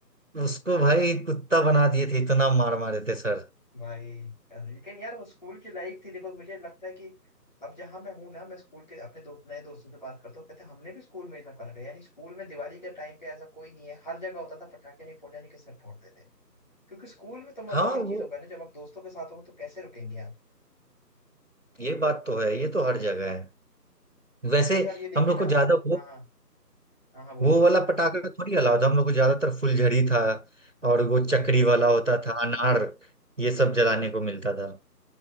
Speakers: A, on the right; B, on the left.
A: उसको भाई कुत्ता बना दिए थे इतना मार मारे थे सर
B: भाई लेकिन यार वो स्कूल की लाइफ थी देखो मुझे लगता है कि अब जहां मैं हूँ ना मैं स्कूल के अपने दोस्त नए दोस्तों से बात करता हूँ कहते हैं हमने भी स्कूल में ये सब करा है यानी स्कूल में दिवाली के टाइम पे ऐसा कोई नहीं है हर जगह होता था पटाखे नहीं फोड़ने के सर फोड़ते थे क्योंकि स्कूल में तो मजा
A: हाँ
B: उन्हीं
A: वो
B: चीजों का है ना जब आप दोस्तों के साथ हो तो कैसे रुकेंगे आप
A: ये बात तो है ये तो हर जगह है वैसे
B: ऊपर से आप ये देखिए
A: हम लोग
B: ना
A: को
B: हाँ
A: ज्यादा वो
B: हाँ हाँ हाँ बोलिए
A: वो वाला पटाखा तो थोड़ी अलाउड था हम लोग को ज्यादातर फुलझड़ी था और वो चक्री
B: बिल्कुल
A: वाला होता था अनार ये सब जलाने को मिलता था